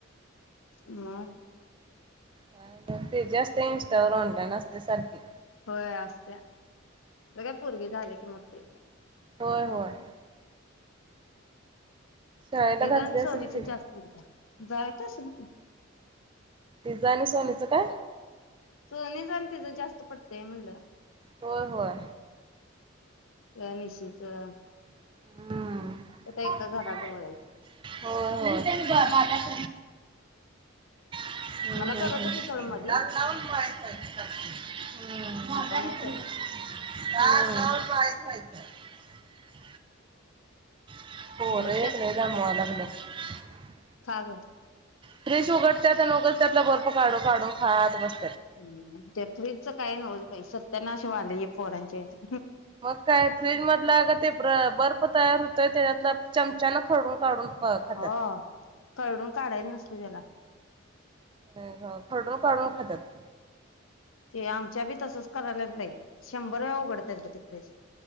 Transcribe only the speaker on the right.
काय नाई तेजाच ते इंस्टा वर ऑनलाईन असते सारखी.
होय, होय. शाळेला
घातली
असेल
की
तिच आणि सोनीचं काय?
होय होय.
हम्म
-हो
हो. हो हो
हो
दार लावून पळायचं असतं - हं
<inaudible>
हां एक व्हायचंय. <unintelligible>
<unintelligible>
फ्रिश उघडते तर लोक त्यातला बर्फ काढो काढो खायात बस
मग काय फ्रीज मधला का ते ब बर्फ तयार होतोय त्याच्यातला चमचा न खळून काढून प खात्यात.
अ ह खडू काडुन खात्यात.